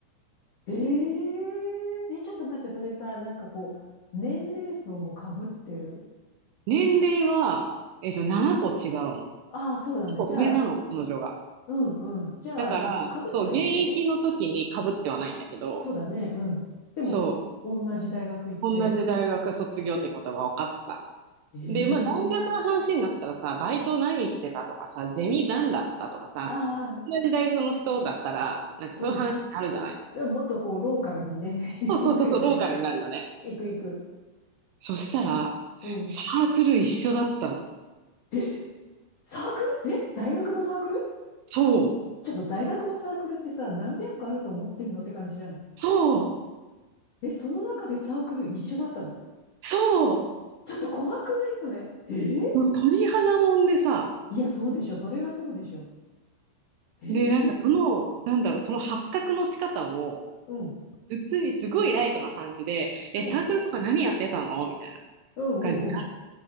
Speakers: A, on the left; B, on the right.
A: えええ、ちょっと待って、それさ、なんかこう、年齢層も被ってる
B: 年齢は、えっと、7個違うの。
A: ああ、そうなんだ。
B: 結構上なの、
A: じゃあ、
B: 彼女が。
A: うんうん。じゃあ、
B: まあ、
A: まあ、被ってはいないんだね。
B: そう、現役の時に被ってはないんだけど、
A: そうだね、うん。でも、
B: そ
A: 同じ大学行って。
B: う、同じ大学卒業ってことが分かった。
A: ええ
B: で、まあ、大学の話になったらさ、バイト何してたとかさ、ゼミ何だったとかさ、
A: ああ、
B: 同じ大学の人だったら、なんかそういう話になるじゃない。
A: うん。でももっとこう、ローカルにね、<laughs>
B: そうそうそうそう、
A: 行くよね。
B: ローカルになるよね。
A: 行く行く。
B: そしたら、
A: うん。
B: サークル一緒だったの。
A: え、サークルえ、大学のサークル
B: そう、
A: ちょっと大学のサークルってさ、何百個あると思ってんのって感じじゃない
B: そう、
A: で、その中でサークル一緒だったの。
B: そ
A: ちょっと怖くないそれ。えー
B: う。もう鳥肌もんでさ、
A: いや、そうでしょ。それはそうでしょ。えー
B: で、なんかその、なんだろう、その発覚の仕方も、
A: うん、
B: 普通にすごいライトな感じで、え、
A: うん、
B: サークルとか何やってたのみたいな
A: うん、
B: 感じにな
A: うん、うん。